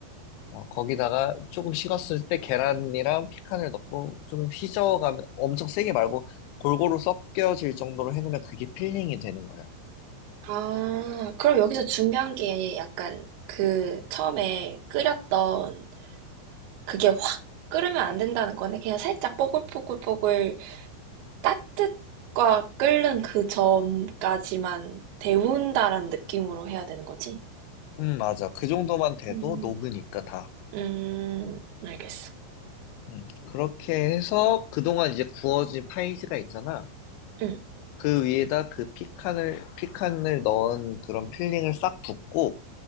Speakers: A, on the left; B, on the right.
A: 어, 거기다가 조금 식었을 때 계란이랑 피칸을 넣고 좀 휘저어가면 엄청 세게 말고 골고루 섞여질 정도로 해놓으면 그게 필링이 되는 거야.
B: 아, 그럼 여기서 중요한 게 약간 그 처음에 끓였던 그게 확 끓으면 안 된다는 거네. 그냥 살짝 뽀글뽀글뽀글 따뜻과 끓는 그 점까지만 데운다라는 느낌으로 해야 되는 거지?
A: 음, 맞아. 그 정도만 돼도
B: 음,
A: 녹으니까 다.
B: 음, 알겠어.
A: 음, 그렇게 해서 그동안 이제 구워진 파이지가 있잖아.
B: 응,
A: 그 위에다 그 피칸을, 피칸을 넣은 그런 필링을 싹 붓고,